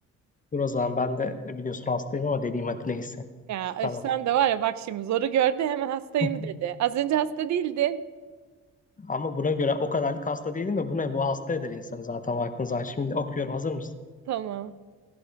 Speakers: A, on the left; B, on the right.
A: Dur o zaman ben de e, biliyorsun hastayım ama deneyim hadi neyse.
B: Ya
A: Tamam.
B: öf sen de var ya bak şimdi zoru gördü hemen hastayım
A: <laughs>
B: dedi. Az önce hasta değildin.
A: Ama buna göre o kadarlık hasta değilim de bu ne? Bu hasta eder insanı zaten baktığın zaman. Şimdi okuyorum. Hazır mısın?
B: Tamam.